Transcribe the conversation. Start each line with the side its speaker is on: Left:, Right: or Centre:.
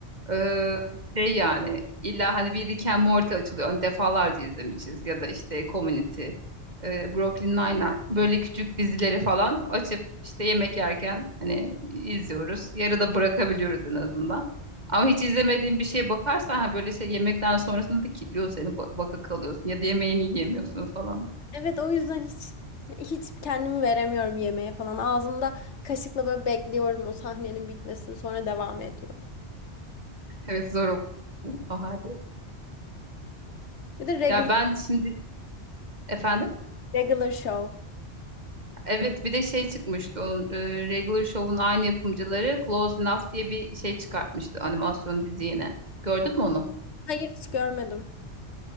Right: Ee, şey yani illa hani bir Rick and Morty açılıyor. Hani defalarca izlemişiz. Ya da işte Community, e, Brooklyn Nine-Nine. Böyle küçük dizileri falan açıp işte yemek yerken hani izliyoruz. Yarıda bırakabiliyoruz en azından. Ama hiç izlemediğin bir şeye bakarsan hani böyle şey yemekten sonrasında da kilitliyor seni. ba- Baka kalıyorsun ya da yemeğini yiyemiyorsun falan.
Left: Evet o yüzden hiç hiç kendimi veremiyorum yemeğe falan. Ağzımda kaşıkla böyle bekliyorum o sahnenin bitmesini sonra devam ediyor.
Right: Evet zor oldu o halde.
Left: Bir de regular,
Right: Ya ben şimdi efendim
Left: regular show.
Right: evet bir de şey çıkmıştı onun e, Regular Show'un aynı yapımcıları Close Enough diye bir şey çıkartmıştı animasyon dizi yine. Gördün mü onu?
Left: Hayır hiç görmedim.